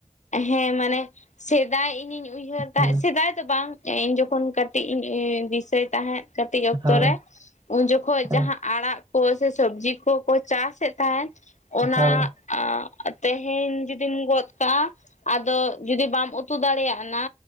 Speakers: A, on the left; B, on the right.
A: ᱦᱮᱸ ᱢᱟᱱᱮ ᱥᱮᱫᱟᱭ ᱤᱧᱤᱧ ᱩᱭᱦᱟᱹᱨ ᱛᱟᱦᱮᱸᱫ
B: ᱦᱮᱸ
A: ᱥᱮᱫᱟᱭ ᱫᱚ ᱵᱟᱝ ᱤᱧ ᱡᱚᱠᱷᱚᱱ ᱠᱟᱹᱴᱤᱡ ᱤᱧ ᱫᱤᱥᱟᱹᱭ ᱛᱟᱦᱮᱸᱫ ᱠᱟᱹᱴᱤᱡ ᱚᱠᱛᱚ
B: ᱦᱮᱸ
A: ᱨᱮ ᱩᱱ ᱡᱚᱠᱷᱚᱡ
B: ᱦᱮᱸ
A: ᱡᱟᱦᱟᱸ ᱟᱲᱟᱜ ᱠᱚ ᱥᱮ ᱥᱚᱵᱽᱡᱤ ᱠᱚ - ᱠᱚ ᱪᱟᱥᱮᱫ ᱛᱟᱦᱮᱸᱱ ᱚᱱᱟ
B: ᱦᱮᱸ
A: ᱟ ᱛᱮᱦᱮᱧ ᱡᱩᱫᱤᱢ ᱜᱚᱫ ᱠᱟᱜᱼᱟᱼᱼᱼ ᱟᱫᱚ ᱡᱩᱫᱤ ᱵᱟᱢ ᱩᱛᱩ ᱫᱟᱲᱮᱭᱟᱜᱼᱟ ᱱᱟ